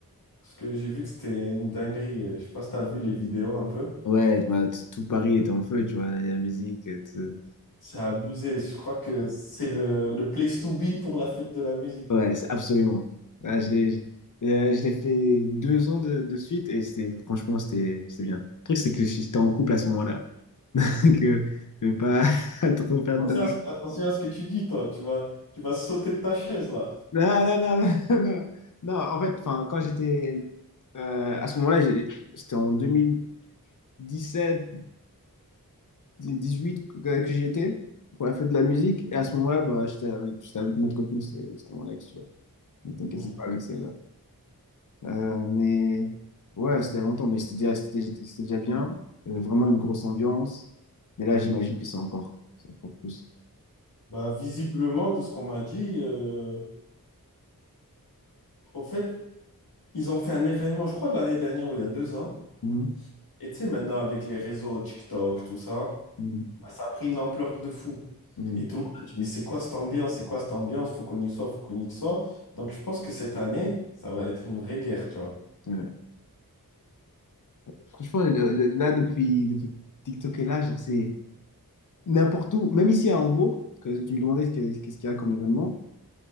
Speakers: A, on the left; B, on the left.
A: Parce que j'ai vu que c'était une dinguerie. euh, Je sais pas si t'as vu les vidéos un peu.
B: Ouais, bah, t- tout Paris était en feu, tu vois, la, la musique. euh, tout-
A: C'est abusé. Je crois que c'est le, le place to be pour la fête de la musique.
B: Ouais, c'est- absolument. Ah, je l'ai je euh, je l'ai fait deux ans de, de suite et c'était, franchement, c'était c'était bien. Le truc, c'est que j'étais en couple à ce moment-là. <laughs> que je vais pas <laughs> trop faire
A: Attention
B: de dingue.
A: à ce, attention à ce que tu dis, toi. Tu vas, tu vas sauter de ta chaise, là.
B: Non, non, non, <laughs> non, non. Non, en fait, enfin, quand j'étais euh, à ce moment-là, j'ai- c'était en 2017. 18 que, que j'y étais pour la fête de la musique. Et à ce moment-là, bah, j'étais avec, j'étais avec une autre copine, c'était c'était mon ex, tu vois. Donc t'inquiète,
A: Ok.
B: c'est pas avec celle-là. Euh, mais ouais, c'était il y a longtemps, mais c'était déjà, c'était c'était- c'était déjà bien. Il y avait vraiment une grosse ambiance. Mais là, j'imagine que c'est encore, c'est encore plus.
A: Bah, visiblement, de ce qu'on m'a dit, euh, au fait, ils ont fait un événement, je crois, de l'année dernière ou il y a deux ans.
B: Mhm.
A: Et tu sais, maintenant, avec les réseaux TikTok, tout ça.
B: Mhm.
A: Ça a pris une ampleur de fou.
B: Mhm.
A: Et tout le monde a dit, mais c'est quoi cette ambiance? C'est quoi cette ambiance? Faut qu'on y soit, faut qu'on y soit. Donc je pense que cette année, ça va être une vraie guerre, tu vois.
B: Ouais. Franchement, le- le- là, depuis, depuis TikTok est là, genre, c'est n'importe où, même ici à Hambourg, que tu me demandais ce qu'il y a- qu'est-ce qu'il y a comme événement.